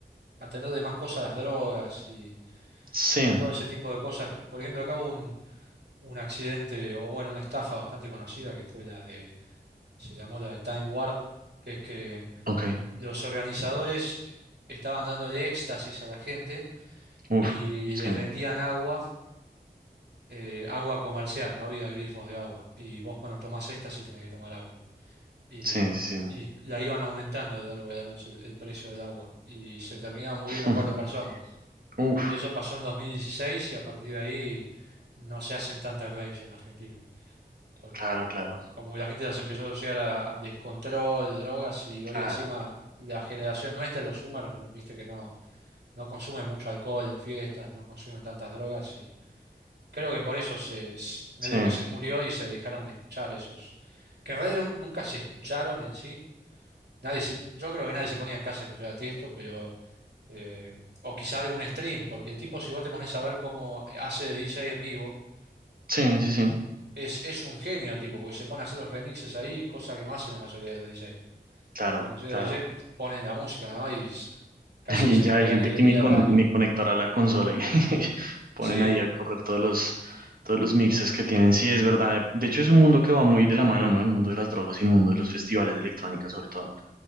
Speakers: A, on the right; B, on the right.
A: a tener de más cosas las drogas y,
B: sí,
A: y a todo ese tipo de cosas. Por ejemplo, acá hubo un, un accidente, o bueno, una estafa bastante conocida que fue la de, se llamó la de Time Warp, que es que
B: ok,
A: Los organizadores estaban dándole éxtasis a la gente
B: uf,
A: y les
B: sí,
A: vendían agua, eh, agua comercial, no había grifos de agua. Y vos cuando tomás éxtasis tenés que tomar agua. Y,
B: sí, sí, sí.
A: y la iban aumentando a lo largo de la noche el, el precio del agua. Y se terminaban muriendo
B: <laughs>
A: cuatro personas.
B: Uf,
A: Y eso pasó en 2016 y a partir de ahí no se hacen tantas raves en Argentina. Porque
B: claro, claro,
A: como que la gente las empezó a asociar a, a descontrol, drogas y hoy
B: claro,
A: encima la generación nuestra, los Zoomers, viste que no. no consumen mucho alcohol en fiestas, no consumen tantas drogas y creo que por eso se, s- medio
B: sí,
A: que se murió y se dejaron de escuchar esos, que en realidad nun- nunca se escucharon en sí. Nadie se- yo creo que nadie se ponía en casa a escuchar a Tiesto, pero eh, o quizá algún stream, porque tipo si vos te pones a ver cómo hace DJ en vivo,
B: sí,
A: y
B: sí, sí,
A: es, es un genio tipo, porque se pone a hacer los remixes ahí, cosa que no hacen la mayoría de los DJ.
B: claro,
A: La mayoría
B: claro.
A: de los DJ p- ponen la música nada más y s- casi
B: <laughs>
A: que
B: Y
A: se
B: ya
A: podrían
B: hay gente
A: ir,
B: que ni,
A: ir
B: con,
A: al baño,
B: ni
A: ¿viste?
B: conectará la consola y <laughs> ponen
A: Sí,
B: ahí a correr todos los, todos los mixes que tienen. Sí, es verdad. De hecho, es un mundo que va muy de la mano, ¿no? El mundo de las drogas y el mundo de los festivales de electrónica, sobre todo.